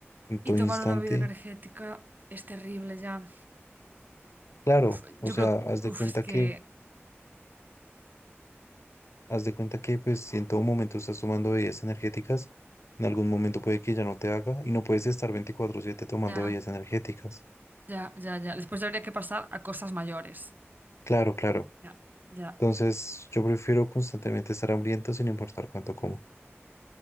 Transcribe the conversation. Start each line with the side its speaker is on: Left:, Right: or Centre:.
Left: en todo
Right: Y tomar
Left: instante,
Right: una bebida energética es terrible ya.
Left: claro,
Right: Uf,
Left: o
Right: yo
Left: sea,
Right: creo que...
Left: haz de
Right: Uf,
Left: cuenta
Right: es que...
Left: que, haz de cuenta que pues si en todo momento estás tomando bebidas energéticas, en algún momento puede que ya no te haga y no puedes estar veinticuatro siete tomando
Right: Ya,
Left: bebidas energéticas.
Right: ya, ya, ya. Después ya habría que pasar a cosas mayores.
Left: Claro, claro.
Right: Ya, ya.
Left: Entonces, yo prefiero constantemente estar hambriento sin importar cuánto como.